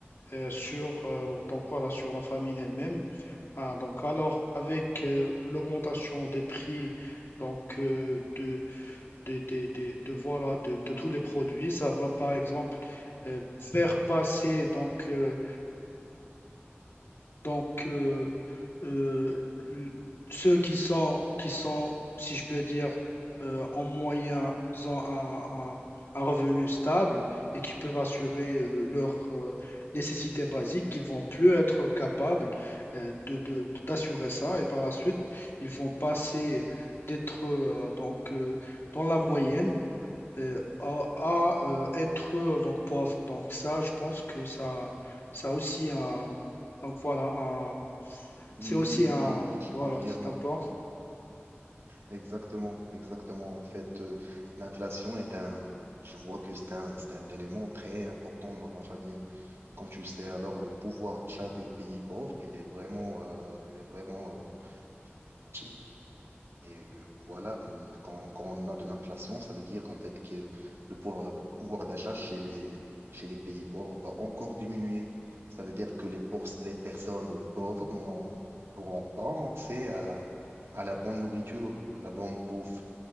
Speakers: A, on the left; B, on the right.
A: euh, sur, euh, donc voilà, sur la famine elle-même. Ah, donc, alors, avec euh, l'augmentation des prix donc, euh, de, de, de, de- de- voilà, de, de tous les produits, ça va par exemple euh, faire passer donc, euh, donc, euh, euh, l- ceux qui sont, qui sont, si je peux dire, euh, en moyen, ont un, un- un revenu stable et qui peuvent assurer euh, leurs euh, nécessités basiques, ils vont plus être capables euh, de, de- de- d'assurer ça et par la suite, ils vont passer d'être euh, donc euh, dans la moyenne euh, à, à, euh, être euh, donc pauvre. Donc ça, je pense que ça, ça a aussi un, donc voilà, un, c'est
B: Oui,
A: aussi un,
B: oui, oui, je
A: voilà,
B: confirme.
A: c'est un point.
B: Exactement, exactement. En fait, euh, l'inflation est un, je vois que c'est un, c'est un élément très important dans la famine. Comme tu sais, alors le pouvoir d'achat des pays pauvres, il est vraiment, euh, il est vraiment euh, petit. Et euh, voilà, hum, quand, quand on a de l'inflation, ça veut dire en fait que le pouvoir, pouvoir d'achat chez les, chez les pays pauvres va encore diminuer. Ça veut dire que les, por- les personnes pauvres n'en- n'auront pas accès à à la bonne nourriture, à la bonne bouffe.